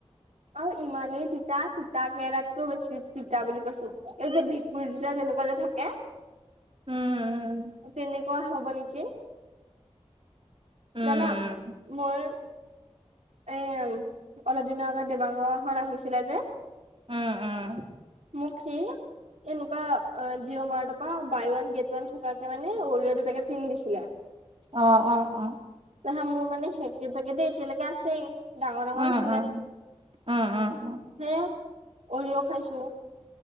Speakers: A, on the right; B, on the right.
A: অ', ইমানেই তিতা তিতা কেৰেলাতকৈও বেছি তিতা বুলি কৈছো।
B: উম
A: এই যে ভেকুৰী তিতা যে যেনেকুৱা যে থাকে।
B: উম
A: তেনেকুৱা হ'ব নেকি।
B: উম
A: জানা মই এ অলপ দিনৰ দেবাংগৰ ঘৰত আহিছিলে যে।
B: উম, উম।
A: মোক সি এনেকুৱা জিঅ' মাৰ্টৰ পৰা বাই ওৱান গেট ওৱান থাকে মানে অৰিয় দুপেকেট কিনি দিছিলে।
B: অ', অ', অ'।
A: তাৰপিছত মোৰ মানে সেই কি পেকেটে এতিয়ালৈকে আছেই ডাঙৰ ডাঙৰ
B: উম
A: আছিলে।
B: উম উম, উম।
A: সেই অৰিয় খাইছো